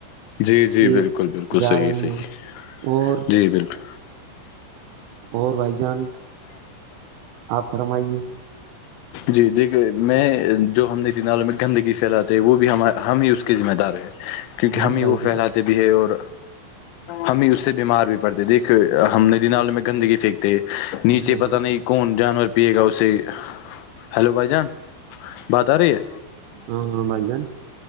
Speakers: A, on the left; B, on the right.
A: جی جی
B: یہ
A: بالکل بالکل
B: جا
A: صحیح
B: رہے
A: صحیح
B: ہیں اور
A: جی بالکل
B: اور بھائی جان آپ فرمائیے
A: جی دیکھے میں جو ہم نے نالوں میں گندگی پھیلاتے وہ بھی ہم ہم ہی اس کے ذمہ دار ہیں کیونکہ
B: ہاں
A: ہم ہی
B: بھائی
A: وہ
B: جان
A: پھیلااتے بھی ہے اور ہم ہی اس سے بیمار بھی پڑتے ہیں دیکھے ہم ندی نالوں میں گندگی پھینکی نیچے
B: ہاں
A: پتا نہیں کون جانور پیے گا اسے ہیلو بھائی جان بات آ رہی ہے
B: ہاں ہاں بھائی جان ہاں ہاں بھائی جان